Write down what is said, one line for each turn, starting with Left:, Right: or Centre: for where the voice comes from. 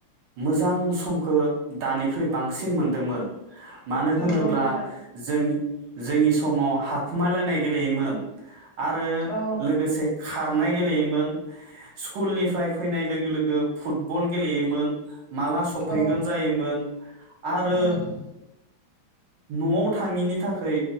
Right: मोजां समखो दानिख्रुइ बांसिन मोनदोंमोन। मानो होनोब्ला
Left: नंगौ नोंथां
Right: जोंनि जोंनि समाव हाखु खुमायलायनाय गेलेयोमोन। आरो
Left: औ
Right: लोगोसे खारनाय गेलेयोमोन स्कुलनिफ्राय फैनाय लोगो लोगो फुटबल। गेलेयोमोन माला सफैगोन
Left: औ
Right: जायोमोन आरो
Left: उम
Right: न'आव थाङिनि थाखाय